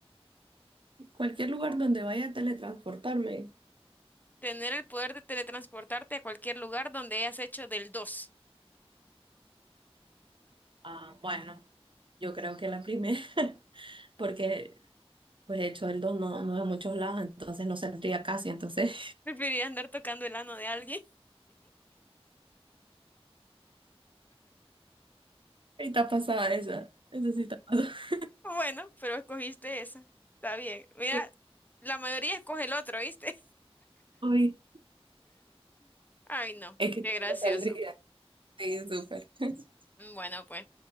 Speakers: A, on the right; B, on the left.
A: cualquier lugar donde vaya a teletransportarme.
B: ¿Tener el poder de teletransportarte a cualquier lugar donde hayas hecho del dos.
A: Ah, bueno, yo creo que la primera, <laughs> porque pues de hecho el don no, no es en muchos lados, entonces no saldría casi, entonces
B: ¿Preferirías andar tocando el ano de alguien? <laughs>
A: <laughs> ahí está pasada esa, esa sí está pasada. <laughs>
B: Bueno, pero escogiste esa. Está bien. Mira,
A: Pues,
B: la mayoría escoge el otro, ¿viste?
A: Uy,
B: <laughs> Ay, no,
A: es que
B: qué
A: sí,
B: gracioso.
A: no saldría. Sí, súper. <laughs> <clears throat>
B: Bueno, pues